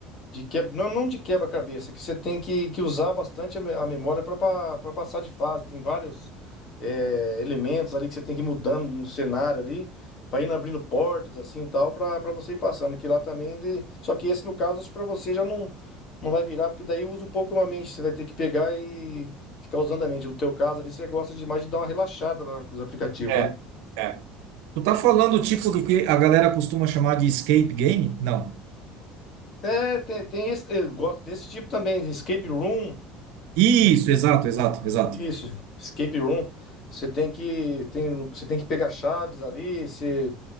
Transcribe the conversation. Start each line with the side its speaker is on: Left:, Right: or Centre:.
Left: De quebra, não, não de quebra-cabeça, que você tem que, que usar bastante a me- a memória para passar de fase. Tem vários é, elementos ali que você tem que ir mudando no cenário ali, para ir abrindo portas assim e tal, para você ir passando. Que lá também ele. Só que esse, no caso, acho que para você já não, não vai virar, porque daí usa um pouco a mente. Você vai ter que pegar e ficar usando a mente. No teu caso ali, você gosta demais de dar uma relaxada lá com os aplicativos,
Right: É,
Left: né?
Right: é. Tu tá falando o tipo do que a galera costuma chamar de escape game? Não.
Left: É, tem, tem esse, eu gosto desse tipo também, de escape room.
Right: Isso, exato, exato, exato.
Left: Isso, escape room. Você tem que tem, lu- você tem que pegar chaves ali, você